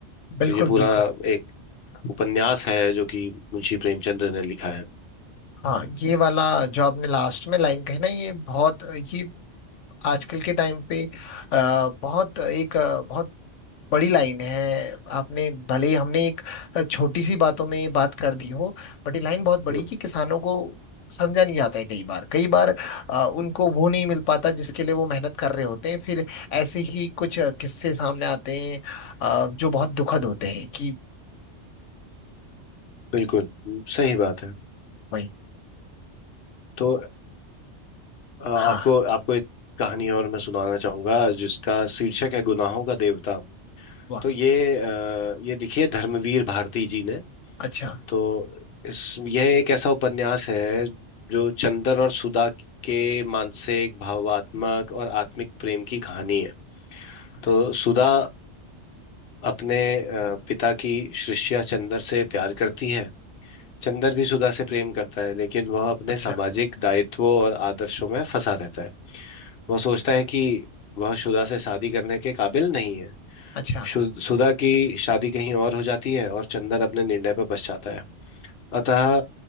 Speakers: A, on the left; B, on the left.
A: बिल्कुल
B: तो ये पूरा
A: बिल्कुल
B: एक उपन्यास है जो कि मुंशी प्रेमचंद ने लिखा है
A: हाँ ये वाला जो आपने लास्ट में लाइन कही ना ये बहुत ये आजकल के टाइम पे आ, बहुत एक अ, बहुत बड़ी लाइन है आपने भले ही हमने एक अ, छोटी सी बातों में बात कर दी हो बट ये लाइन बहुत बड़ी
B: हम्म,
A: कि किसानों को समझा नहीं जाता है कई बार कई बार अ, उनको वो नहीं मिल पाता जिसके लिए वो मेहनत कर रहे होते हैं फिर ऐसे ही कुछ अ, किस्से सामने आते हैं अ, जो बहुत दुखद होते हैं कि
B: बिल्कुल हम्म, सही बात है
A: भाई
B: तो
A: तो
B: अ, आपको
A: हाँ
B: आपको एक कहानी और मैं सुनाना चाहूंगा जिसका शीर्षक है गुनाहों का देवता
A: वाह
B: तो ये अ, ये देखिए धर्मवीर भारती जी ने
A: अच्छा
B: तो इस यह एक ऐसा उपन्यास है जो चंदर और सुधा के मानसिक भावात्मक और आत्मिक प्रेम की कहानी है तो सुधा अपने अ, पिता की शिष्या चंदर से प्यार करती है चंदर भी सुधा से प्रेम करता है लेकिन वह अपने
A: अच्छा
B: सामाजिक दायित्वों और आदर्शों में फंसा रहता है वह सोचता है कि वह सुधा से शादी करने के काबिल नहीं है
A: अच्छा
B: शु- सुधा की शादी कहीं और हो जाती है और चंदर अपने निर्णय पर पछताता है अतः